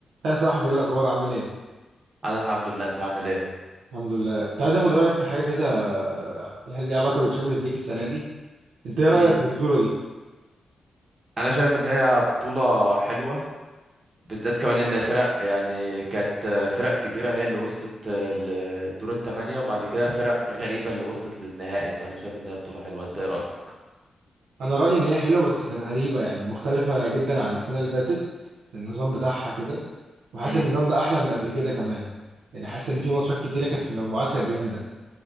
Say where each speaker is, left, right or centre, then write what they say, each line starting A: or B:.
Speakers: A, on the right; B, on the right.
A: يا صاحبي ايه الاخبار عامل ايه
B: انا الحمد لله انت عامل ايه
A: الحمد لله كنت عايز اخد رايك في حاجه كده يعني ليها علاقه بالتشامبيونز ليج السنه دي انت ايه رايك
B: امم
A: في البطوله دي
B: انا شايف ان هي بطولة حلوة بالذات كمان ان فرق يعني كانت فرق كبيرة هي اللي وصلت لدور الثمانية وبعد كده فرق غريبة اللي وصلت للنهائي فانا شايف ان هي بطولة حلوة انت ايه رأيك
A: انا رايي ان هي حلوه بس كانت غريبه يعني مختلفه جدا عن السنه اللي فاتت في النظام بتاعها كده وحاسس
B: امم
A: إن النظام ده احلى من قبل كده كمان يعني حاسس ان في ماتشات كتيره كانت في المجموعات كانت جامده